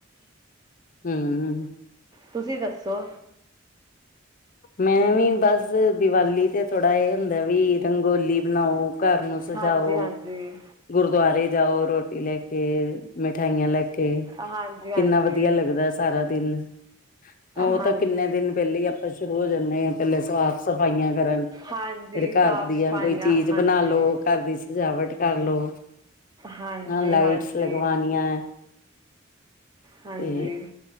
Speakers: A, on the left (about 40°); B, on the right (about 20°).
A: ਹੂੰ
B: ਤੁਸੀਂ ਦੱਸੋ?
A: ਮੈਂ ਵੀ ਬਸ ਦੀਵਾਲੀ ਤੇ ਥੋੜਾ ਇਹ ਹੁੰਦਾ ਵੀ ਰੰਗੋਲੀ ਬਣਾਉ ਘਰ ਨੂੰ ਸਜਾਓ,
B: ਹਾਂਜੀ ਹਾਂਜੀ
A: ਗੁਰਦੁਆਰੇ ਜਾਓ, ਰੋਟੀ ਲੈਕੇ, ਮਿਠਾਈਆਂ ਲੈਕੇ। ਕੇ
B: ਹਾਂਜੀ ਹਾਂਜੀ
A: ਕਿੰਨਾ ਵਧੀਆ ਲੱਗਦਾ ਸਾਰਾ ਦਿਨ। ਔਹ
B: ਹਾਂਜੀ
A: ਤਾਂ ਕਿੰਨੇ ਦਿਨ ਪਹਿਲੇ ਹੀ ਆਪਾਂ ਸ਼ੁਰੂ ਹੋ ਜਾਂਦੇ ਹਾਂ ਪਹਿਲੇ ਸਾਫ਼ ਸਫ਼ਾਈਆਂ ਕਰਨ
B: ਹਾਂਜੀ
A: ਫੇਰ ਘਰ
B: ਸਾਫ਼
A: ਦੀਆਂ,
B: ਸਫਾਈਆਂ
A: ਕੋਈ ਚੀਜ਼
B: ਹਾਂਜੀ
A: ਬਣਾ ਲੋ, ਘਰ ਦੀ ਸਜਾਵਟ ਕਰਲੋ
B: ਹਾਂਜੀ
A: ਨਾ ਲਾਈਟਸ
B: ਹਾਂਜੀ
A: ਲਗਵਾਣੀਆਂ ਐ
B: ਹਾਂਜੀ
A: ਤੇ